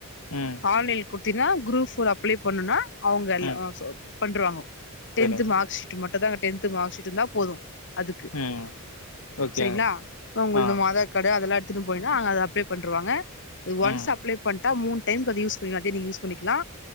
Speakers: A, on the left; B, on the left.
A: ம்
B: ஆன்லைன் கொடுத்தீங்கன்னா குரூப் ஃபோர் அப்ளை பண்ணுனா அவங்க எல்லா
A: ம்
B: பண்றுவாங்க டென்த்
A: சரிங்க
B: மார்க் ஷீட் மட்டும்தா டென்த் மார்க் ஷீட் இருந்தா போதும் அதுக்கு
A: ம் ஓகேங்க
B: சரிங்களா உங்களது
A: ஆ
B: மொத கட அதெல்லா எடுத்துட்டு போய்டனு அங்க அத ஆப்பிளை பண்ணிடுவாங்க ஒன்ஸ்
A: ம்
B: அப்ளே பண்ணிட்டா மூணு டைம்க்கு அத யூஸ் எல்லாத்தயு நீங்க யூஸ் பண்ணிக்கலா